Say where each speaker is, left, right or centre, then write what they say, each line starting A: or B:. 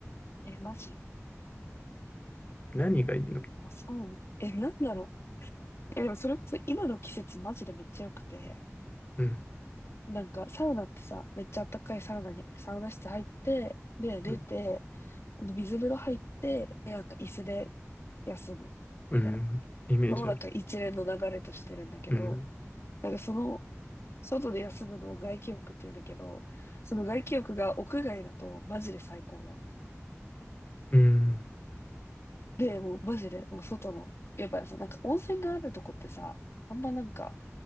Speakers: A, on the left; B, on the left.
A: え、マジ。
B: 何がいいの
A: もうサウナ。え、なんだろう。え、でもそれこそ今の季節マジでめっちゃ良くて。
B: うん、
A: なんかサウナってさ、めっちゃ暖かいサウナに、サウナ室入って、で、出て、
B: うん、
A: 水風呂入って、で、なんか椅子で休む。
B: うんイメージある。
A: みたいな。の、なんか一連の流れとしてるんだけど、
B: うん、
A: なんかその、外で休むのを外気浴って言うんだけど、その外気浴が屋外だとマジで最高なの。
B: うん、
A: で、もうマジで、もう外の、やっぱりさ、なんか温泉があるとこってさ、あんまなんか、